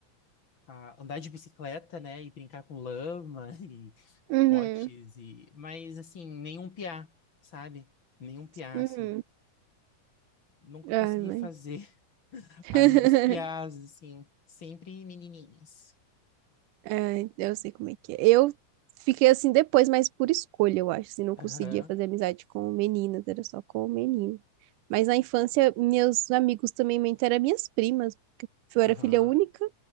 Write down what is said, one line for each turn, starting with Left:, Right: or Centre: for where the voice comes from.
Left: a andar de bicicleta, né, e brincar com lama <laughs> e
Right: uhum,
Left: botes e, mas assim, nenhum piá, sabe? Nenhum piá
Right: uhum.
Left: assim. Nunca consegui
Right: Ai, mãe.
Left: fazer <laughs>
Right: <laughs>
Left: amigos piás assim, sempre menininhas.
Right: É, eu sei como é que é. Eu fiquei assim depois, mas por escolha, eu acho. Assim, não
Left: Aham.
Right: conseguia fazer amizade com meninas, era só com meninos. Mas na infância, meus amigos também muito eram minhas primas. Eu
Left: Aham.
Right: era filha única,